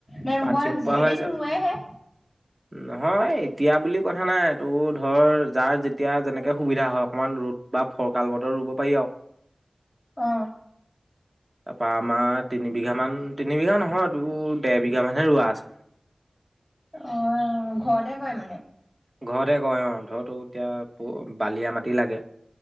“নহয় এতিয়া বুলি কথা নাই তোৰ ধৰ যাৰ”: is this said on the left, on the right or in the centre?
Right